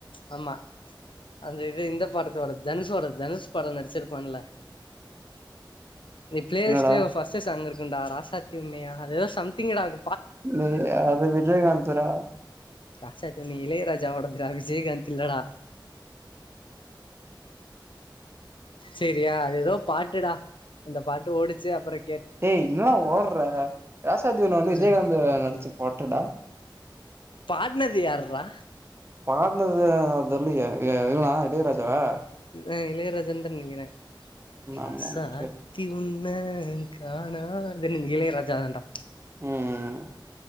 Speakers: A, on the left (about 80°); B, on the right (about 30°).
A: ஆமா அந்த இது இந்த பாட்டு தனுசு பட தனுசு படம் நடிச்சிருக்கானல நீ பிளே
B: என்னடா
A: லிஸ்டிலே ஃபர்ஸ்ட் சாங் இருக்கு என்னடா ராசாத்தி உம்மயா அது எதோ சம்திங் ராங்
B: இ அது விஜயகாந்த் டா
A: ராசாத்தி ஒன்னு இளையராஜா டதுரா விஜயகாந்தந்த இல்லடா சரியா அது எதோ பாட்டுடா அந்த பாட்டு ஓடுச்சு அப்பறம்
B: ஏய் என்னடா ஓடுற ராசாத்தி உன்ன விஜயகாந்த்
A: ஏ
B: நடிச்ச பாட்டுடா
A: பாடுனது யாருடா
B: பாடுனது தெரிய யே என்னடா இளையராஜாவா
A: ஆ இளையராஜா இதா நினைக்கிறே ராசாத்தி
B: ஆமா சேரி
A: உன்ன காணாத ஆ இன்னைல இருந்து நீ இளையராஜா தாண்டா
B: ம்